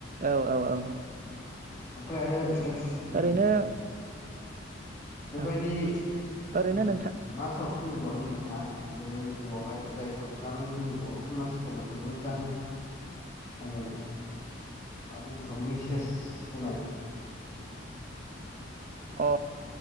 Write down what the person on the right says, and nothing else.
औ औ औ
ओरैनो
औ ओरैनो
नोंथां
अ